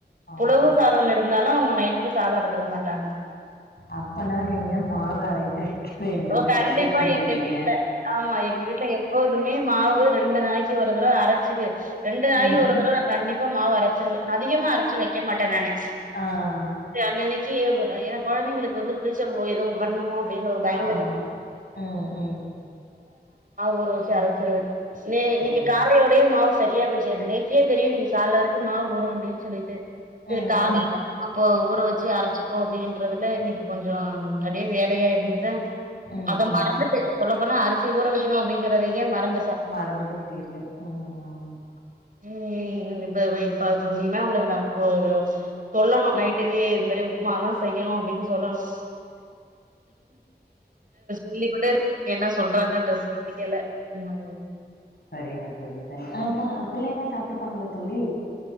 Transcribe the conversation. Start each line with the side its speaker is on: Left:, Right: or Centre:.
Left: ஆஹா
Right: புழவு சாதம் இருந்தாலும் அவுங்க நைட்டுக்கு சாதோ எடுத்துக்க மாட்டாங்க
Left: அப்பன்னா நீங்க மாவு அரைத்து வைக்க வேண்டும்
Right: ஓ கண்டிப்பா
Left: தப்பு பண்ணிட்டீங்க
Right: எங்க வீட்ல ஆமா எங்க வீட்ல எப்போதுமே மாவு ரெண்டு நாளிக்கி ஒரு தடவ அரச்சிடு ரெண்டு நாளுக்கு
Left: ம்
Right: ஒரு தடவ நா கண்டிப்பா மாவு அரச்சிடுவே அதிகமா அரச்சு வைக்க மாட்டே நானு
Left: ஆ
Right: அன்னன்னைக்கி ஏன்னா கொழந்தைகளுக்கு வந்து புளிச்சா எதுவு பண்ணமோ அப்டின்னு ஒரு பயந்
Left: ஆமா.
Right: <unintelligible>
Left: ம், ம்.
Right: ஊர வெச்சி அரச்சிருவே நே இன்னிக்கு
Left: ஓ!
Right: காலையோடையே மாவு செரியா போயிச்சி நேத்தியே தெரியு இன்னிக்கி காலில வரைக்கு மாவு வரு அப்படின்னு சொல்லிட்டு சேரி
Left: ம்,
Right: காலைல்ல
Left: ம்.
Right: அப்போ ஊற வெச்சு அரச்சிகோ அப்புடின்றதுல இன்னிக்கி கொஞ்சோ அப்பிடியே வேலையா இருந்துட்ட
Left: ம்,
Right: அத
Left: ம்,
Right: மறந்துட்டு
Left: ம்.
Right: சொல்ல போனா அரிசி ஊற வொக்கணு அப்பிடிங்ரதையே மறந்து
Left: மறந்து விட்டீர்கள் ம் ம்
Right: <unintelligible> சொல்லனு நைட்டுக்கு இது மாரி உப்புமா தா செய்யணு அப்டின்னு சொல்லணு <unintelligible> என்ன சொல்றாங்கன்றது தெரியல ம்
Left: செரிங்க தோழி செரிங்க அ ப பிள்ளைங்க சாப்புட்பாங்களா தோழி